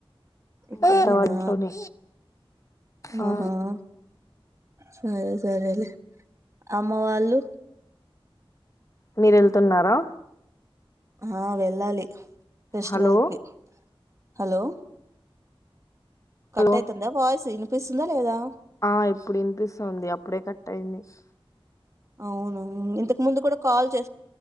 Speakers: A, on the right (about 30°); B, on the left (about 35°).
A: ఇక్కడేనా
B: బవంట్లోనే ఆ
A: ఆహా సరే సరే లే అ అమ్మ వాళ్ళు
B: మీరు వెళ్తున్నారా
A: ఆ వెళ్ళాలి ఫెస్టివల్
B: హలో
A: కి హలో కట్
B: హలో
A: అయితుందా వాయిస్ వినిపిస్తుందా లేదా
B: ఆ ఇప్పుడు వినిపిస్తుంది అప్పుడే కట్ట టైనిస్
A: అవును ఇంతకు ముందు కూడా కాల్ చే